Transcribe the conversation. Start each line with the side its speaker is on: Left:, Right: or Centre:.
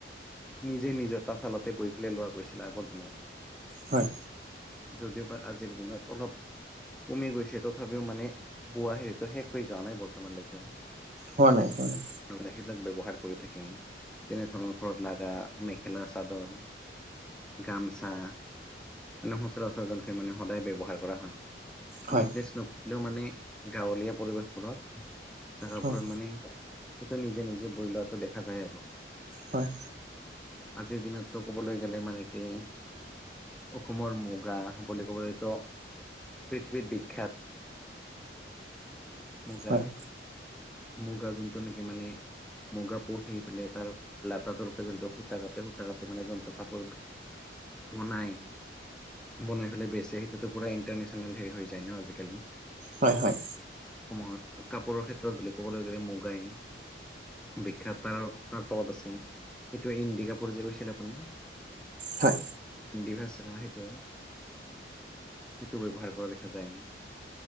Centre: নিজে নিজৰ তাঁত শালতে বৈ পেলাই লোৱা গৈছিলে আগৰ দিনত
Right: হয়
Centre: যদিওবা আজিৰ দিনত অলপ কমি গৈছে তথাপিও মানে বোৱা সেইতো শেষ হৈ যোৱা নাই বৰ্তমানলৈকেও
Right: হোৱা নাই হোৱা নাই
Centre: সেইবিলাক ব্যৱহাৰ কৰি থাকিম তেনে ধৰণৰ ঘৰত লাগা মেখেলা চাদৰ গামোচা মানে সচৰাচৰ যোনখিনি মানে সদায় ব্যৱহাৰ কৰা হয়
Right: হয়
Centre: বিজনেছ নকৰিলেও মানে গাঁৱলীয়া পৰিৱেশবোৰত যাৰ ওপৰত
Right: হয়
Centre: মানে সেইটো নিজে নিজে বৈ লোৱাটো দেখা যায় আৰু
Right: হয়
Centre: আজিৰ দিনতটো ক'বলৈ গ'লে মানে কি অসমৰ মুগা বুলি ক'বলৈতো পৃথিৱীত বিখ্যাত মুগা
Right: হয়
Centre: মুগা যোনটো নেকি মানে মুগা পুহি পেলাই তাৰ লাটাতোৰ পৰা যোনটো সূতা কাটে সূতা কাটি মানে যোনটো কাপোৰ পোনাই বনাই পেলাই বেছে সেইটোতো পুৰা ইণ্টাৰনেশচনেল হেৰি হৈ যায় ন আজিকালি
Right: হয় হয়
Centre: সময়ত কাপোৰৰ ক্ষেত্ৰত বুলি ক'বলৈ গ'লে মুগাই বিখ্যাত তাৰ তাৰ তলত আছে এইটো ইণ্ডিকাপুৰ যে গৈছিল আপুনি
Right: হয়
Centre: ডিভাইচা সেইটো সেইটো ব্যৱহাৰ কৰা দেখা যায়